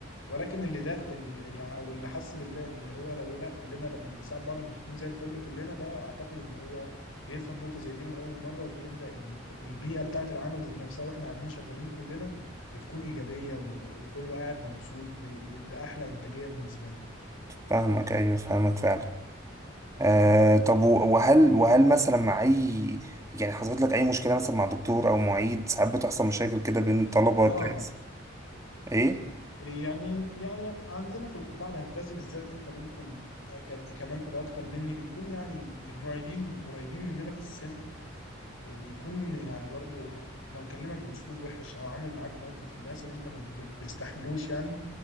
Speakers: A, on the left; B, on the right.
A: ولكن اللي ده اللي يعني او اللي حس بالله اللي هو لو لا كلنا لما بنساعد بعض بتكون زي الفل كلنا ده اعتقد ان هو بيفهم نقطة زي دي من اول مرة وبيبدأ ال- البيئة بتاعة العمل ذات نفسها واحنا قاعدين شغالين كلنا بتكون إيجابية و- وكله قاعد مبسوط ب- ب- بأحلى إنتاجية بالنسبة له.
B: فاهمك ايوه فاهمك فعلا آه طب و- وهل وهل مثلا مع اي يعني حصلت لك اي مشكله مثلا مع دكتور او معيد ساعات بتحصل مشاكل كده بين طلبه
A: اه
B: تلاقي مثلاً- ايه
A: يعني يعني عندنا في القطاع الهندسي بالذات انت ممكن ك- كمان تبقى اكتر مني بيكون يعني المعيدين قريبين مننا في السن وبيكون يعني برضو لو كلمك باسلوب وحش او عمل معاك موقف للاسف انت ما ب- بتستحملوش يعني